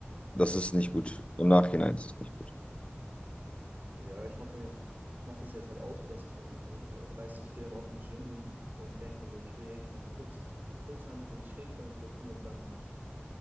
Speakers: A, on the left (about 30°); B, on the right (about 45°).
A: das ist nicht gut. Im Nachhinein ist es nicht gut.
B: ja ich mache dann jetzt, ich mache das jetzt halt auch so, dass ich dann, äh, weißt du, ich gehe dann auch ins Gym und, und denke mir so, okay, ich mache kurz, Kurzhantel, Schrägbankdrücken und dann